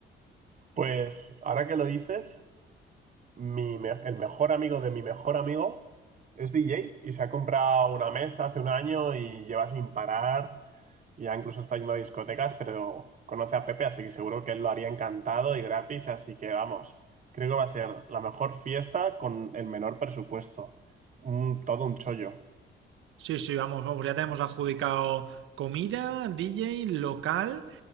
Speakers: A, on the right (about 40°); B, on the right (about 80°).
A: Pues ahora que lo dices, mi me- el mejor amigo de mi mejor amigo es DJ y se ha comprado una mesa hace un año y lleva sin parar. Ya incluso está yendo a discotecas, pero conoce a Pepe, así que seguro que él lo haría encantado y gratis. Así que vamos, creo que va a ser la mejor fiesta con el menor presupuesto. Un- todo un chollo.
B: Sí, sí, vamos, vamos, ya tenemos adjudicado comida, DJ, local